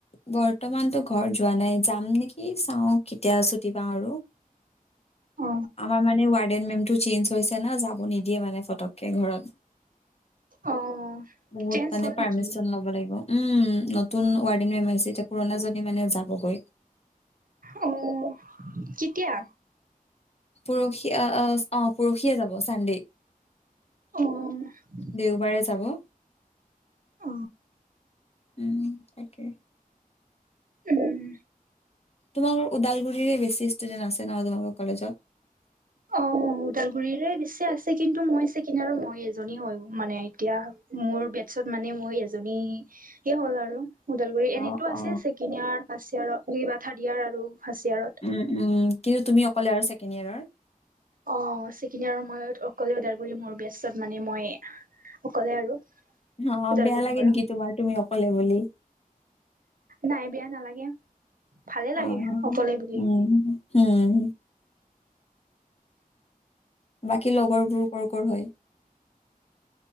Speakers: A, on the left; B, on the right.
A: বৰ্তমানতো ঘৰ যোৱা নাই, যাম নেকি চাওঁ কেতিয়া ছুটি পাওঁ আৰু।
B: অ
A: আমাৰ মানে ৱাৰডেন মেমটো চেঞ্জ হৈছে না, যাব নিদিয়ে মানে ফটককে ঘৰত।
B: অ
A: বহুত
B: চেঞ্জ
A: মানে
B: হ'ল নেকি
A: পাৰ্মিচন ল'ব লাগিব। উম, নতুন ৱাৰডেন মেম আহিছে, এতিয়া পুৰণাজনী মানে যাবগৈ।
B: অ', কেতিয়া?
A: পৰশি আ-আ, অ' পৰশিয়ে যাব, চানডে।
B: অ'।
A: দেওবাৰে যাব।
B: অ',
A: উম তাকে
B: উম।
A: তোমালোকৰ ওদালগুৰিৰে বেছি ষ্টুডেণ্ট আছে ন, তোমালোকৰ কলেজত?
B: অ', ওদালগুৰিৰে বেছি আছে, কিন্তু মই চেকেণ্ড ইয়েৰৰ মই এজনী হয়, মানে এতিয়া মোৰ বেটছত মানে মই এজনী সেয়ে হ'ল আৰু ওদালগুৰি, এন
A: অ
B: এইটো আছে
A: অ
B: চেকেণ্ডইয়াৰ ফাৰ্ষ্ট ইয়েৰত <unintelligible> থাৰ্ড ইয়েৰ আৰু ফাৰ্ষ্ট ইয়েৰত।
A: উম উম, কিন্তু তুমি অকলে আৰু ছেকেণ্ড ইয়াৰৰ?
B: অ', চেকেণ্ড ইয়াৰৰ আৰু মই অকলে ওদালগুৰি মোৰ বেট পিছত মানে মই অকলে আৰু
A: অ
B: ওদালগুৰিৰ
A: বেয়া লাগে
B: পৰা।
A: নেকি তোমাৰ তুমি অকলে বুলি
B: নাই বেয়া নালাগে ভালে লাগে
A: অ',
B: অকলে বুলি।
A: উম, উম। বাকী লগৰবোৰ ক'ৰ ক'ৰ হয়?